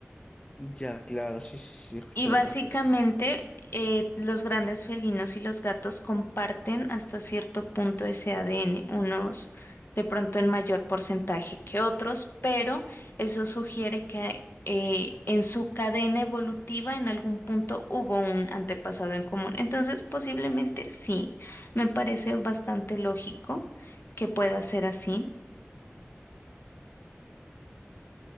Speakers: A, on the left; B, on the left.
A: Ya, claro, sí, sí, sí, he escuchado
B: Y básicamente
A: al respecto.
B: eh, los grandes felinos y los gatos comparten hasta cierto punto ese ADN, unos de pronto en mayor porcentaje que otros, pero eso sugiere que eh, en su cadena evolutiva en algún punto hubo un antepasado en común. Entonces, posiblemente sí, me parece bastante lógico que pueda ser así.